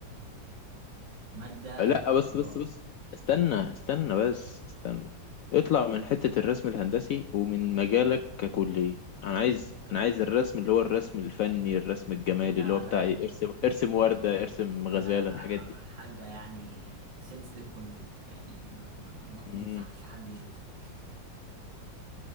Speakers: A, on the right; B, on the left.
A: مادة اجرك
B: لا بس
A: الله
B: بس بس استنى استنى بس استنى اطلع من حته الرسم الهندسي ومن مجالك ككليه انا عايز انا عايز الرسم اللي هو الرسم الفني الرسم الجمالي
A: لا
B: اللي هو بتاع
A: لا
B: ايه؟
A: لا لا
B: ارسم
A: ما-
B: ارسم ورده ارسم
A: <laughs> ده
B: غزاله الحاجات دي
A: حاجة يعني sensitive content يعني ما ما- ما-
B: مم.
A: ما انصحش حد يشوفه <laughs>